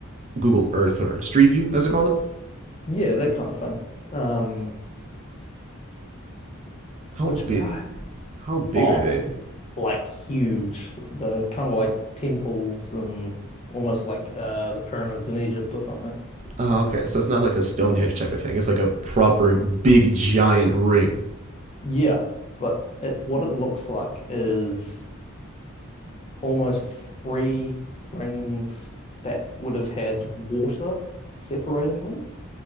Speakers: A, on the right; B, on the left.
A: Google Earth or Street View, as they call it.
B: Yeah, that kind of thing. Um,
A: How
B: which
A: big?
B: <sighs> ah,
A: How big
B: oh,
A: are they?
B: like huge. The kind of like temples and almost like uh the pyramids in Egypt or something.
A: Oh, okay. So it's not like a Stonehenge type of thing. It's like a proper big giant ring.
B: Yeah, but it what it looks like is almost three rings that would have had water separating them,